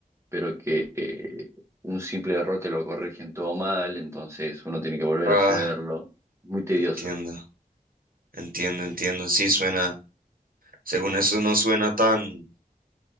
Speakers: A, on the right; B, on the right.
A: pero que eh, un simple error te lo corrigen todo mal, entonces uno tiene que volver
B: Ah,
A: a hacerlo. Muy tedioso.
B: entiendo, entiendo, entiendo. Sí, suena, según eso no suena tan...